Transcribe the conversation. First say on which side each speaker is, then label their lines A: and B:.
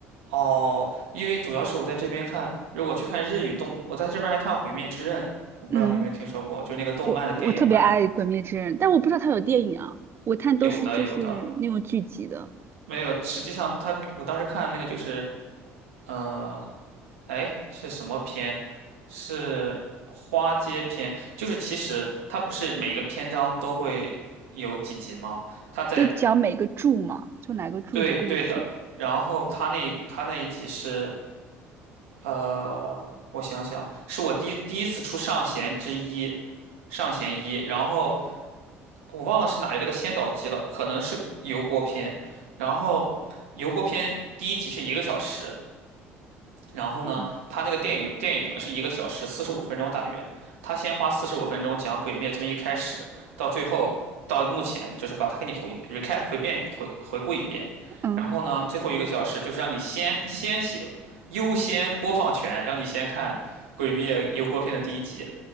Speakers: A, on the right; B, on the right.
A: 哦，因为主要是我在这边看，如果去看日语动，我在这边还看《鬼灭之刃》，我不知道你有没有听说过，
B: 嗯，
A: 就那个动漫的电影版，
B: 我我特别爱《鬼灭之刃》，但我不知道他有电影啊，我看都是就是那种剧集的，
A: 有的有的，没有。实际上他，我当时看的那个就是，呃，哎，是什么篇？是花街篇，就是其实它不是每个篇章都会有几集吗？它在
B: 都讲每个柱嘛，就哪个柱的故事，
A: 对对的，然后他那他那一集是呃，我想想，是我第第一次出上弦之一，上弦一，然后我忘了是哪一个的先导集了，可能是油锅篇，然后油锅篇第一集是一个小时，然后呢，
B: 嗯
A: 他那个电影电影呢是一个小时四十五分钟大约，他先花四十五分钟讲《鬼灭》从一开始到最后到目前，就是把它给你回 recap 回遍回回顾一遍，
B: 嗯，
A: 然后呢，最后一个小时就是让你先先行优先播放权，让你先看《鬼灭》油锅片的第一集，